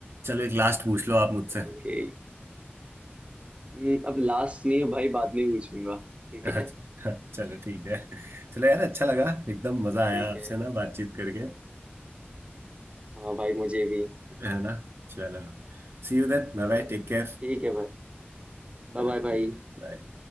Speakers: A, on the right (about 80°); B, on the right (about 30°).
A: चलो एक लास्ट पूछ लो आप मुझसे
B: ओके हम्म, अब लास्ट नहीं है भाई बाद में पूछूंगा
A: <laughs>
B: ठीक
A: अच्छा
B: है
A: चलो ठीक है चलो यार अच्छा लगा एकदम मजा आया
B: ठीक
A: आपसे
B: है
A: ना बातचीत करके
B: हाँ भाई मुझे भी
A: है ना चलो See you then bye
B: अ,
A: bye take care
B: ठीक है भाई बाय
A: Okay
B: बाय भाई
A: Bye.